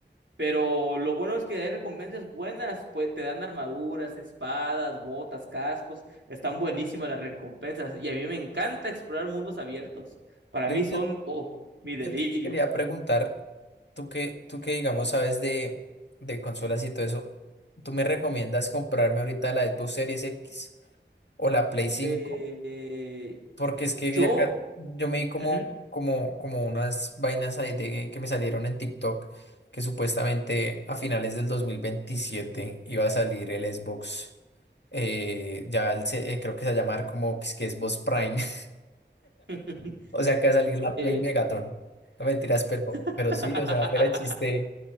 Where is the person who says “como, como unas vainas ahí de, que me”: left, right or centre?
Left